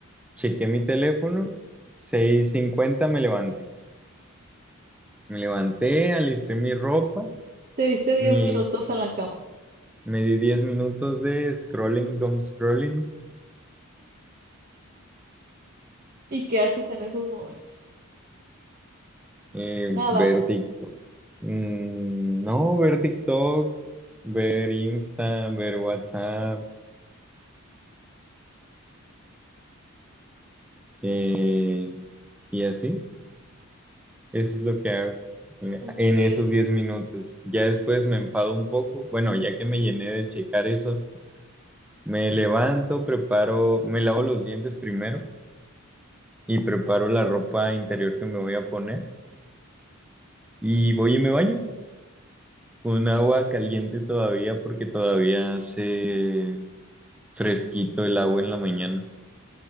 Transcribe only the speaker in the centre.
chequé mi teléfono, seis cincuenta me levanté. Me levanté, alisté mi ropa,
mi,
me di 10 minutos de scrolling, dumb scrolling,
eh,
ver TikTok. Mm, no, ver TikTok, ver Insta, ver WhatsApp Eh, y así, eso es lo que hago eh,
en esos 10 minutos. Ya después me empado un poco. Bueno, ya que me llené de checar eso, me levanto, preparo, me lavo los dientes primero y preparo la ropa interior que me voy a poner. Y voy y me baño con agua caliente todavía porque todavía hace fresquito el agua en la mañana.